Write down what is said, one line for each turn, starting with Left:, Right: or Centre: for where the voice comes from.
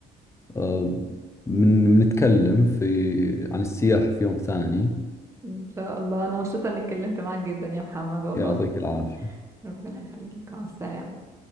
Left: آه، من بنتكلم في عن السياحة في يوم ثاني
Right: ان شاء الله انا مبسوطه اني اتكلمت معاك جدا يا محمد والله
Left: يعطيك العافية
Right: ربنا يخليك مع السلامه